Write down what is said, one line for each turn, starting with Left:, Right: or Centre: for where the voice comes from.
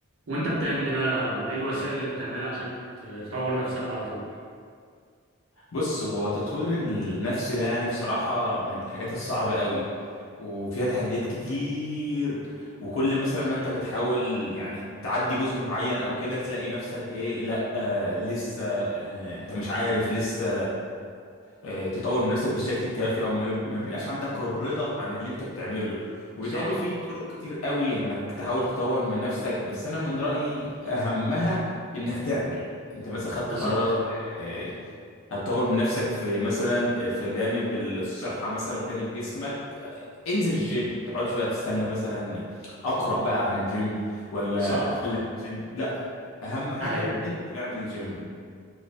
Right: وانت بتعمل ايه بقى وايه الوسائل اللي بتعملها عشان ت- تطور نفسك على طول
Left: بص هو تطوير النفس ده يعني بصراحة من الحاجات الصعبة قوي وفيها تحديات كتير وكل مثلا ما
Right: مم.
Left: انت بتحاول يعني تعدي جزء معين او كده تلاقي نفسك ايه لا آه لسه آه انت مش عارف لسه آه تطور من نفسك بالشكل الكافي او ما يب- ما بيبقاش عندك الرضا عن اللي انت بتعمله وبالتالي
Right: صح
Left: في طرق كتير قوي انك تحاول تطور من نفسك بس انا من رأيي اهمها انك تعمل انت مثلا خدت
Right: بالظبط
Left: قرار آه، هتطور من نفسك في مثلا في جانب الصحة مثلا وجانب جسمك انزل الجيم ما تقعدش بقى تستنى مثلا اقرأ بقى عن الجيم ولا
Right: صح
Left: اتعلم عن الجيم لا اهم حاجة
Right: اي
Left: انزل اعمل الجيم